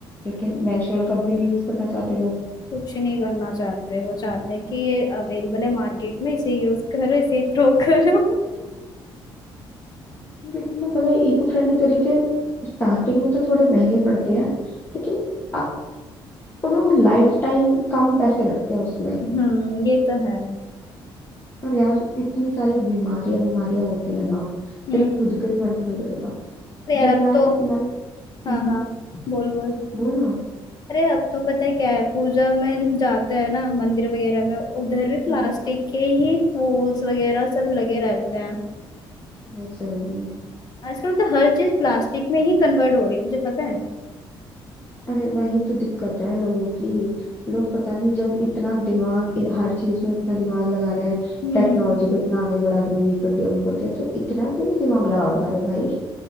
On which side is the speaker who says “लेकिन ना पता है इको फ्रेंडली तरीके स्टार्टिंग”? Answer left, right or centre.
Left